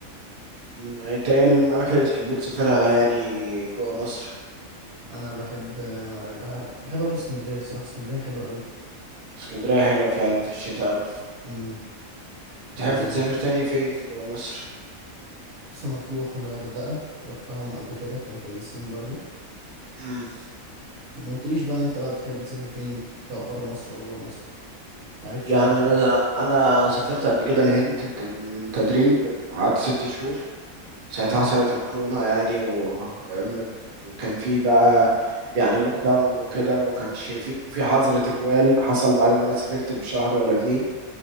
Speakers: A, on the right (about 50°); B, on the right (about 85°).
A: مم، يعني انت ايه الاماكن اللي بتحب تسافرها يعني جوه مصر
B: أنا بحب بحب بحب أروح اسكندرية بصراحة اسكندرية حلوة أوي
A: اسكندريه حلوه فعلا في الشتاء اوي
B: أمم،
A: بتحب
B: ومرسى
A: تسافر تاني فين جوه مصر
B: مطروح والغردقة رحتهم قبل كده كانوا كويسين برضو
A: مم.
B: ما قلتليش بقى أنت بقى بتحب تسافر فين سواء برا مصر أو جوا مصر معرفتش
A: يعني
B: عنك
A: انا
B: يعني
A: انا سافرت قبل كده الهند كان تدريب قعدت ست شهور ساعتها حصلت الكورونا يعني و... وكان في بقى يعني لوك داون وكده وما كانش في في حظر تجوال حصل بعد ما انا سافرت بشهر ولا اتنين